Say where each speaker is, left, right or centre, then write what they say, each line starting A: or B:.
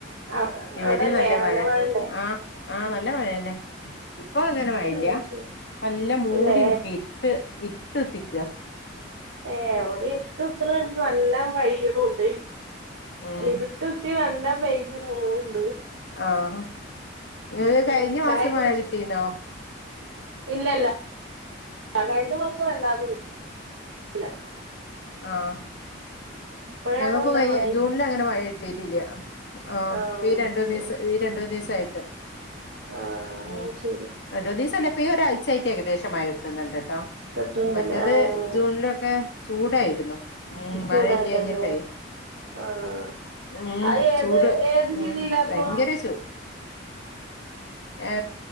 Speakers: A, on the right; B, on the left.
A: അവ
B: ഇവിടിം
A: അവിടെല്ലേ
B: നല്ല മഴ
A: മഴല്ലേ
B: ആഹ് ആഹ് നല്ല മഴ തന്നെ. ഇപ്പൊ അങ്ങനെ മയല്ല
A: അത് ശരി
B: പ നല്ല മൂടി
A: ഇല്ലേ
B: നിക്ക ഇര്ട്ട് ഇര്ട്ട്ത്തിക്ക.
A: ഏ ഇവിടെ ഇര്ട്ട്ത്ത് ന. നല്ലോം പെയ്യ്ണുണ്ട്
B: ഉം
A: ഇരുട്ട് ത്തി നല്ലം പെയ്യിനുണ്ട്
B: ആഹ് ഇങ്ങക്ക്
A: ഉം
B: കഴിഞ്ഞ
A: ചായ
B: മാസം
A: കുടിച്ചോ
B: മയ കിട്ടീനോ?
A: ഇല്ലല്ല കഴിഞ്ഞ മാസം വല്ലാതെ <unintelligible> ല്ല
B: ആഹ്
A: ഇപ്പോഴാണ്
B: ഞങ്ങക്കും
A: നല്ല
B: കഴി
A: മഴ
B: ജൂൺല് അങ്ങനെ മഴ കിട്ടീട്ടില്ല ആ
A: ആഹ്
B: ഇപ്പി രണ്ടൂന്നീസം
A: ശരി
B: രണ്ടൂന്നീസായിട്ട്
A: ആഹ്
B: ഉം
A: ശരി
B: രണ്ടൂന്നീസല്ല ഇപ്പോ ഈ ഒരാഴ്ചായിട്ട് ഏകദേശം മയ കിട്ടുന്നുണ്ട്. കേട്ടോ
A: കേട്ടണ്ടല്ലേ
B: മറ്റത്
A: ആഹ്
B: ജൂണിലൊക്കെ ചൂടായിരുന്നു ഉം
A: ചൂടായിട്ടന്നെ
B: മഴല്യാഞ്ഞിട്ട്. <unintelligible>
A: ആഹ്
B: ഉം
A: അത് ഏത്
B: ചൂട്
A: ഏത്
B: ഉം
A: ജില്ലയിലാപ്പൊ
B: ഭയങ്കര ചൂട്. ഏ